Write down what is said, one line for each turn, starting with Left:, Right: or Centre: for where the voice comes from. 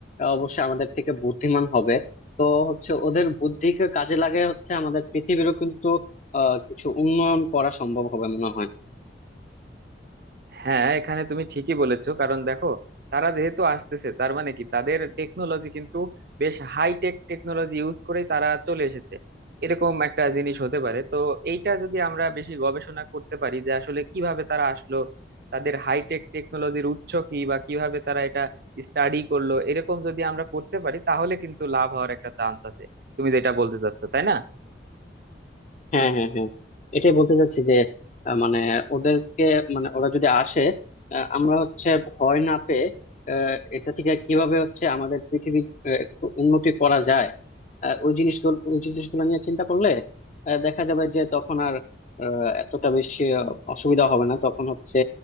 Left: অবশ্যই আমাদের থেকে বুদ্ধিমান হবে তো হচ্ছে ওদের বুদ্ধিকে কাজে লাগিয়ে হচ্ছে আমাদের পৃথিবীরও কিন্তু আহ কিছু উন্নয়ন করা সম্ভব হবে মনে হয়
Right: হ্যাঁ এখানে তুমি ঠিকই বলেছো কারণ দেখো তারা যেহেতু আসতেছে তার মানে কি তাদের টেকনোলজি কিন্তু বেশ হাই টেক টেকনোলজি ইউজ করেই তারা চলে এসেছে এরকম একটা জিনিস হতে পারে তো এইটা যদি আমরা বেশি গবেষণা করতে পারি যে আসলে কিভাবে তারা আসলো তাদের হাই টেক টেকনোলজির উৎস কি বা কিভাবে তারা এটা স্টাডি করলো এরকম যদি আমরা করতে পারি তাহলে কিন্তু লাভ হওয়ার একটা চান্স আছে তুমি যেটা বলতে চাচ্ছো তাই না
Left: হ্যাঁ হ্যাঁ হ্যাঁ এটাই বলতে চাচ্ছি যে আহ, মানে ওদেরকে মানে ওরা যদি আসে আহ, আমরা হচ্ছে ভয় না পেয়ে আহ, এটা থেকে কিভাবে হচ্ছে আমাদের পৃথিবী আহ, একটু উন্নতি করা যায় আহ, ওই জিনিসগুলো ওই জিনিসগুলো নিয়ে চিন্তা করলে আহ, দেখা যাবে যে তখন আর আহ, এতটা বেশি আহ, অসুবিধা হবে না তখন হচ্ছে